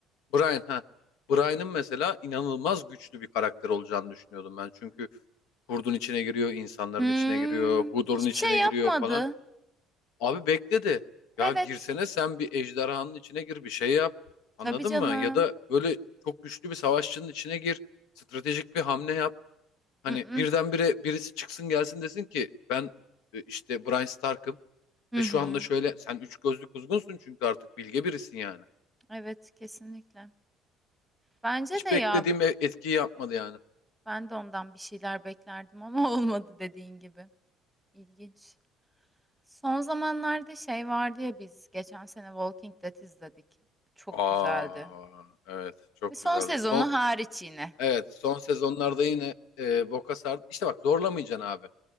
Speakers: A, on the left; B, in the centre.
A: Brian ha. Brian'ın mesela inanılmaz güçlü bir karakter olacağını düşünüyordum ben. Çünkü kurdun içine giriyor, insanların
B: Hmm,
A: içine giriyor, Hodor'un
B: hiçbir
A: içine
B: şey yapmadı.
A: giriyor falan. Abi bekledi. Ya
B: Evet.
A: girsene sen bir ejderhanın içine gir, bir şey yap. Anladın
B: Tabii canım.
A: mı? Ya da böyle çok güçlü bir savaşçının içine gir. Stratejik bir hamle yap. Hani
B: Mm-mm.
A: birdenbire birisi çıksın gelsin desin ki ben e, işte Brian Stark'ım
B: Hı
A: ve
B: hı.
A: şu anda şöyle sen üç gözlü kuzgunsun çünkü artık bilge birisin yani.
B: Evet kesinlikle. Bence
A: Hiç
B: de ya
A: beklediğim e, etkiyi yapmadı yani.
B: Ben de ondan bir şeyler beklerdim ama <laughs> olmadı dediğin gibi. İlginç. Son zamanlarda şey vardı ya biz geçen sene Walking Dead izledik. Çok
A: Aa,
B: güzeldi.
A: evet çok
B: Ve son
A: güzeldi.
B: sezonu
A: Son
B: hariç yine.
A: evet son sezonlarda yine e, boka sardı. İşte bak zorlamayacaksın abi.